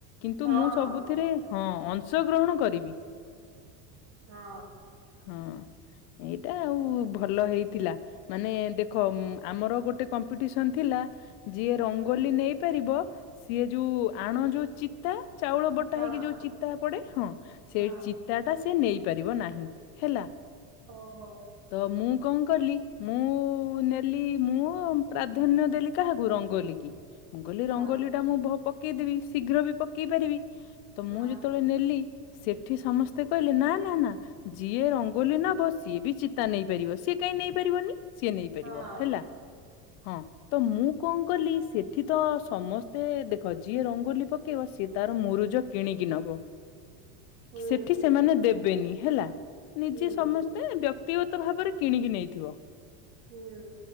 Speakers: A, on the left; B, on the right.
A: କିନ୍ତୁ
B: ହଁ
A: ମୁଁ ସବୁଥିରେ ହଁ, ଅଂଶଗ୍ରହଣ କରିବି।
B: ହଁ।
A: ହଁ। ଏଇଟା ଆଉ ଭଲ ହେଇଥିଲା ମାନେ ଦେଖ ଆମର ଗୋଟେ କମ୍ପିଟିସନ୍ ଥିଲା ଯିଏ ରଙ୍ଗୋଲି
B: ହୁଁ
A: ନେଇପାରିବ ସିଏ ଯୋଉ ଆଣ ଯୋଉ ଚିତା ଚାଉଳ ବଟା
B: ହଁ
A: ହେଇକି ଯୋଉ ଚିତା ପଡ଼େ ହଁ,
B: ହଁ
A: ସେଇ ଚିତାଟା ସେ ନେଇପା ଇରିବ ନାହିଁ ହେଲା
B: ଓହୋ
A: ତ ମୁଁ କଁ କଲି ମୁଁ ନେଲି ମୁଁ ପ୍ରାଧାନ୍ୟ ଦେଲି କାହାକୁ ରଙ୍ଗଲି କି। ମୁଁ କହିଲି ରଙ୍ଗୋଲିଟା
B: ହଁ
A: ମୁଁ ଭ ପକେଇଦେବି ଶୀଘ୍ର ବି ପକେଇ ପାରିବି। ତ
B: ହଁ
A: ମୁଁ ଯେତୋଳେ ନେଲି ସେ ଠି ସମସ୍ତେ କହିଲେ ନାଁ ନାଁ ନାଁ ଯିଏ ରଙ୍ଗୋଲି ନବ ସିଏ ବି ଚିତା ନେଇପାରିବ। ସିଏ କାଇଁ ନେଇପାରିବନି? ସିଏ ନେଇପାରିବ
B: ହଁ
A: ହେଲା। ହଁ, ତ ମୁଁ କଁ କଲି ସେଠି ତ ସମସ୍ତେ ଦେଖ ଯିଏ ରଙ୍ଗୋଲି ପକେଇବ ସିଏ ତାର ମୁରୁଜ କିଣିକି ନବ।
B: ହୁଁ
A: ସେଠି ସେମାନେ ଦେବେନି ହେଲା ନିଜେ
B: ହୁଁ
A: ସମସ୍ତେ ବ୍ୟ ତିଅତ ଭାବରେ କିଣିକି ନେଇଥିବ।
B: ହୁଁ।